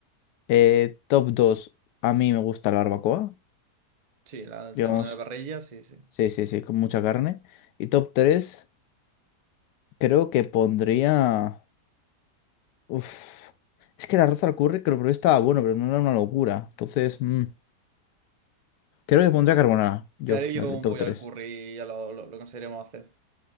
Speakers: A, on the left; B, on the right.
A: Eh, top 2 a mí me gusta la barbacoa,
B: Sí, la- el
A: digamos,
B: tema de la parrilla, sí, sí.
A: sí, sí, sí, con mucha carne. Y top 3 creo que pondría... Uf, es que la arroz al curry creo que lo probé, estaba bueno, pero no era una locura. Entonces, mm, creo que pondría carbonara, yo,
B: Te haré yo
A: en el
B: un
A: top
B: pollo
A: tres
B: al curry y ya lo, lo, lo conseguiremos hacer.